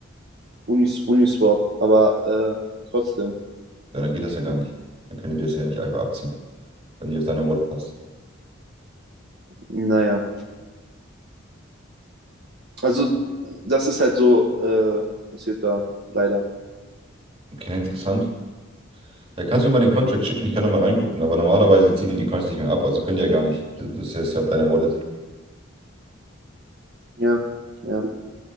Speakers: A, on the right (about 55°); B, on the right (about 30°).
A: Unis, Uniswap, aber äh, trotzdem,
B: Ja, dann geht das ja gar nicht. Dann können die das ja nicht einfach abziehen, wenn die auf deine Rolle passt.
A: naja. Also, das ist halt so, äh, passiert da leider.
B: Okay, interessant. Ja, kannst du mir mal den Contract schicken? Ich kann da mal reingucken, aber normalerweise ziehen die die Coins nicht mehr ab, also können die ja gar nicht. Das ist ja auf deiner Wallet.
A: Ja, ja.